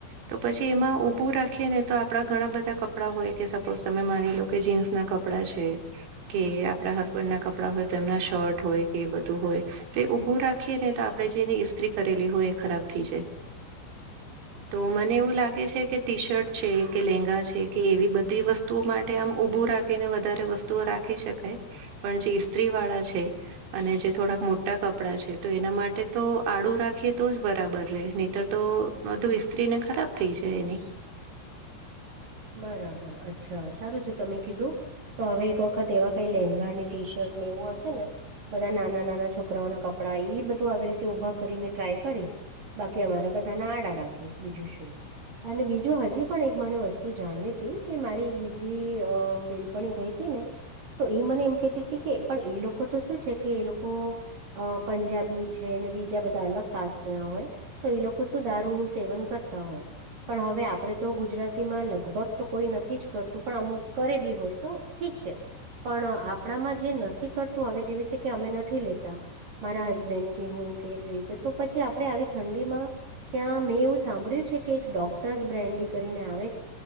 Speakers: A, on the right; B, on the right.
A: તો પછી એમાં ઉભું રાખીએ ને તો આપડા ઘણા બધા કપડાં હોય કે સપોઝ તમે માની લો કે જીન્સ. ના કપડા છે કે આપડા હસબન્ડ ના કપડા હોય તેમના શર્ટ હોય કે એ બધું હોય. તે ઊભું રાખીએ ને તો આપણે જેની ઇસ્ત્રી કરેલી હોય એ ખરાબ થઈ જાય. તો મને એવું લાગે છે કે ટી શર્ટ છે કે લેંગા છે કે એવી બધી વસ્તુઓ માટે આમ ઉભું રાખે. ને વધારે વસ્તુઓ રાખી શકાય પણ જે ઇસ્ત્રી વાળા છે. અને જે થોડાક મોટા કપડાં છે તો એના માટે તો આડું રાખીએ તો જ બરાબર રહે નહીતર તો. બધું ઈસ્ત્રી ને ખરાબ થઈ જાય એની.
B: બરાબર અચ્છા સારું છે તમે કીધું તો હવે એક વખત એવા કઈ લેંગા અને ટી શર્ટ. એવું હશે ને બધા નાના નાના છોકરાઓ ના કપડા એ બધું આવી રીતે ઉઊભા કરીને. ટ્રાય કરીશ બાકી અમારા બધાના આડા રાખીશ બીજું શું. અને બીજું હજી પણ એક મને વસ્તુ. તું જાણવી હતી કે મારી એક બીજી બેનપણી ગઈ હતી ને. તો એ મને એમ કેતી હતી કે પણ એ લોકો તો શું છે કે એ લોકો અ પંજાબી છે ને બીજા બધા અલગ કાસ્ટ ના હોય. તો એ લોકો શું દારૂનું સેવન કરતા હોય પણ હવે આપણેે તો ગુજરાત લગભગ તો કોઈ નથી જ કરતું પણ અમુક કરે બી હોય તો ઠીક છે પણ આપ. કપડામાં જે નથી કરતું હવે જેવી રીતે કે અમે નથી લેતા. મારા હસબેન્ડ કે હું કે એવી રીતે તો પછી આપડે આવી ઠંડીમાં. ત્યાં મેં એવું સાંભળ્યું છે કે એક ડોક્ટર્સ બ્રેાન્ડડી કરીને આવે.